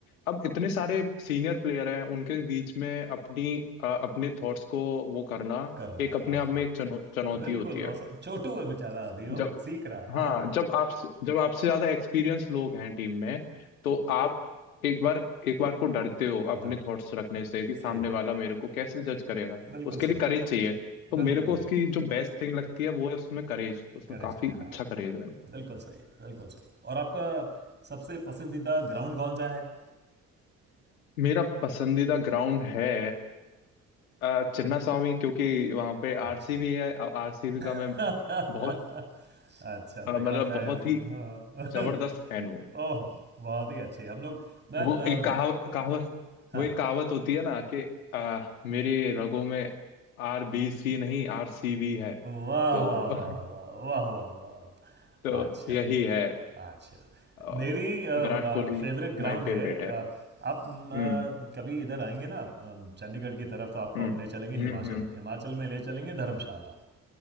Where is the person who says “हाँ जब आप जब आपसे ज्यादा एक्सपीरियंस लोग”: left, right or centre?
Left